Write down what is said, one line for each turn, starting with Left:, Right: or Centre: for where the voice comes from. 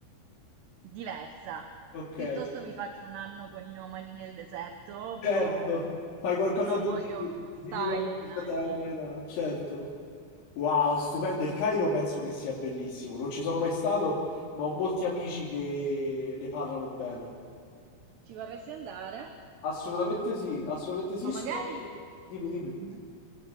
Right: diversa.
Left: Ok,
Right: Piuttosto mi faccio un anno con i nomadi nel deserto,
Left: certo.
Right: però
Left: Fai qualcosa
Right: non
Left: di,
Right: voglio
Left: di
Right: stare
Left: diverso
Right: in un'asi.
Left: rispetto alla normalità, certo. Wow, stupendo. Il Cairo penso che sia bellissimo. Non ci sono mai stato, ma ho molti amici che ne parlano bene.
Right: Ci vorresti andare?
Left: Assolutamente sì, assolutamente sì.
Right: O
Left: Sto-
Right: magari...
Left: Dimmi, dimmi.
Right: Mhm.